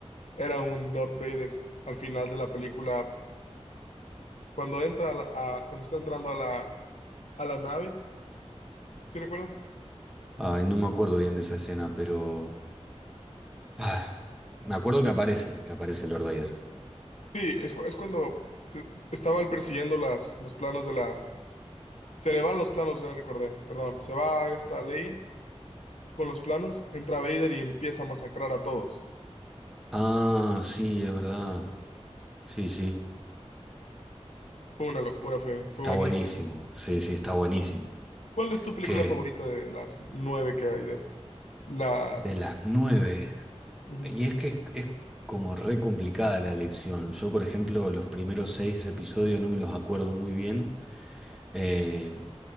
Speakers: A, on the left; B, in the centre.
A: era un Lord Vader al final de la película, cuando entra a la- a- cuando está entrando a la, a la nave ¿Sí recuerdas?
B: Ay, no me acuerdo bien de esa escena, pero... Ah, me acuerdo que aparece, que aparece Lord Vader.
A: Sí, es, cu- es cuando se- estaba él persiguiendo las, los planos de la... Se le van los planos, ya recordé, perdón. Se va esta ley con los planos, entra Vader y empieza a masacrar a todos.
B: Ah, sí, es verdad. Sí, sí,
A: Fue una locura, fue, fue
B: está
A: buenísimo.
B: buenísimo. Sí, sí, está buenísimo.
A: ¿Cuál es tu película
B: Que
A: favorita de las nueve que hay de la...
B: de las nueve.
A: Ujú.
B: Y es que es, es como re complicada la elección. Yo, por ejemplo, los primeros seis episodios no me los acuerdo muy bien, eh,